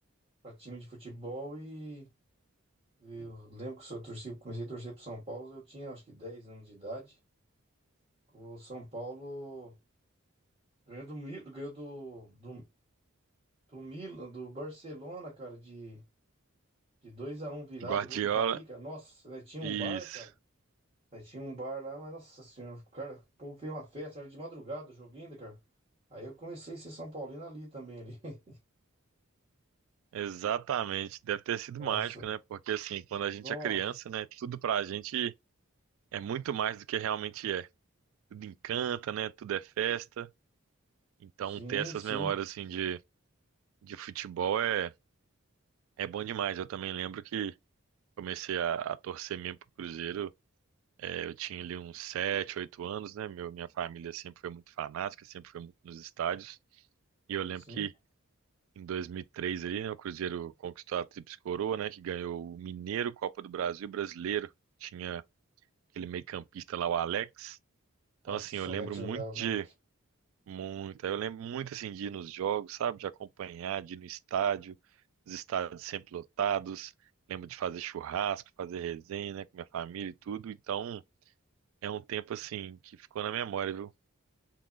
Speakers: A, on the right; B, on the right.
A: para time de futebol e e eu lembro que se eu torci, comecei a torcer para São Paulo, eu tinha acho que 10 anos de idade. O São Paulo ganhou do Mil- ganhou do, do, do Milan, do Barcelona, cara, de, de 2 a um virado,
B: Guardiola,
A: gol do Raí, cara. Nossa, né, tinha
B: isso,
A: um bar, cara. Aí tinha um bar lá, mas nossa senhora, cara, o povo fez uma festa, era de madrugada o jogo ainda, cara. Aí eu comecei a ser São Paulino ali também, ali. <laughs>
B: exatamente. Deve ter sido
A: Nossa,
B: mágico, né? Porque assim, quando a gente
A: nossa.
B: é criança, né, tudo pra gente é muito mais do que realmente é. Tudo encanta, né? Tudo é festa. Então,
A: Sim,
B: ter essas
A: sim,
B: memórias assim de, de futebol é, é bom demais. Eu também lembro que comecei a, a torcer mesmo pro Cruzeiro É, eu tinha ali uns sete, oito anos, né? Meu, minha família sempre foi muito fanática, sempre foi muito nos estádios. E eu lembro
A: sim.
B: que em 2003 ali, né, o Cruzeiro conquistou a Tríplice Coroa, né? Que ganhou o Mineiro, Copa do Brasil, Brasileiro. Tinha aquele meio-campista lá, o Alex. Então,
A: Nossa,
B: assim, eu lembro
A: o Alex jogava
B: muito de...
A: muito.
B: Muito. Eu lembro muito, assim, de ir nos jogos, sabe? De acompanhar, de ir no estádio. Os estádios sempre lotados. Lembro de fazer churrasco, fazer resenha, né? Com minha família e tudo. Então... É um tempo assim que ficou na memória, viu?